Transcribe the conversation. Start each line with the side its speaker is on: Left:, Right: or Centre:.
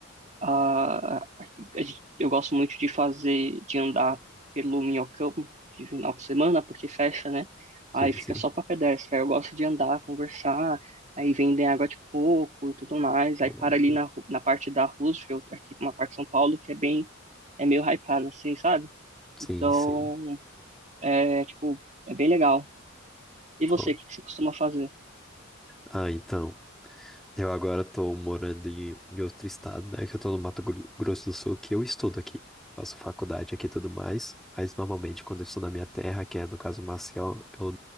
Right: Ah, a gente- eu gosto muito de fazer, de andar pelo Minhocão de final de semana, porque fecha, né?
Centre: Sim,
Right: Aí fica
Centre: sim.
Right: só para pedestre. Aí eu gosto de andar, conversar, aí vendem água de coco e tudo mais. Aí
Centre: O-
Right: para ali na, ru- na parte da Roosevelt, aqui uma parte de São Paulo, que é bem, é meio hypada, assim, sabe?
Centre: Sim,
Right: Então,
Centre: sim.
Right: é, tipo, é bem legal. E
Centre: Pô.
Right: você, o que que você costuma fazer?
Centre: Ah, então. Eu agora tô morando em, em outro estado, né? Que eu tô no Mato Gro- Grosso do Sul, que eu estudo aqui. Faço faculdade aqui e tudo mais. Mas normalmente quando eu estou na minha terra, que é no caso Maceió, eu